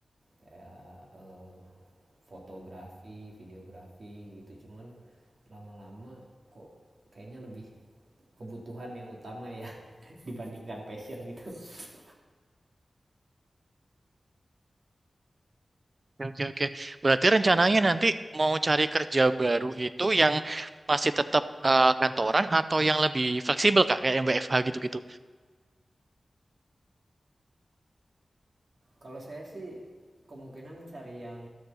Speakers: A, on the right (about 60°); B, on the right (about 45°).
A: kayak eh, fotografi, videografi gitu. Cuman lama-lama kok kayaknya lebih kebutuhan yang utama ya <laughs> dibandingkan passion gitu. <laughs>
B: Oke, oke, oke. Berarti rencananya nanti mau cari kerja baru itu yang masih tetap eh, kantoran atau yang lebih fleksibel Kak, kayak yang WFH gitu-gitu.
A: Kalau saya sih kemungkinan cari yang